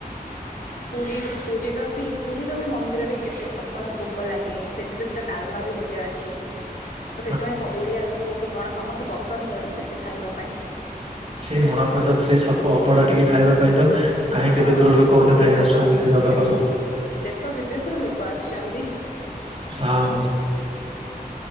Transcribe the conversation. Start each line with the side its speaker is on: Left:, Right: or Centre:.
Left: ପୁରୀ ପୁରୀର ବି ପୁରୀର ବି ମନ୍ଦିରରେ କେତେ ଛପନ ଭୋଗ ଲାଗେ ସେଥିରେ ବି ତା ଡାଲମା ବି ଗୋ ଟେ ଅଛି।
Right: ହଁ
Left: ତ ସେଇଥିପାଇଁ ସବୁ ଓଡ଼ିଆ ଲୋକ କି କଣ ସମସ୍ତେ ପସନ୍ଦ କରନ୍ତି ବେଶୀ ଖାଇବା ପାଇଁ।
Right: ସେଇ ମହାପ୍ରସାଦ ସେଇ ସପ ଅବଢ଼ା ଟିକେ ଖାଇବା ପାଇଁ ତ କାହିଁ
Left: ହଁ
Right: କେତେ ଦୂର ଲୋକମାନେ
Left: ଦୂର
Right: ଧାଇଁ
Left: ଲୋକ
Right: ଆସୁଛନ୍ତି ସେ ଜାଗା ପାଖୁକୁ।
Left: ହଁ ଦେଶ ବିଦେଶରୁ ଲୋକ ଆଶୁଛନ୍ତି।
Right: ହଁ।